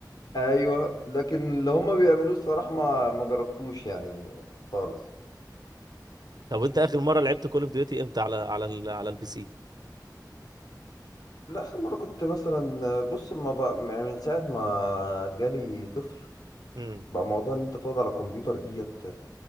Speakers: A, on the left; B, on the right.
A: ايوه لكن اللي هم بيعملوه الصراحه ما ما جربتوش يعني خالص
B: طب انت اخر مره لعبت كول اوف ديوتي امتى على على ال... على البي سي
A: لا اخر مره كنت مثلا بص ما بقى يعني من ساعه ما جالي طفل
B: امم
A: بقى موضوع ان انت تقعد على كمبيوتر ديت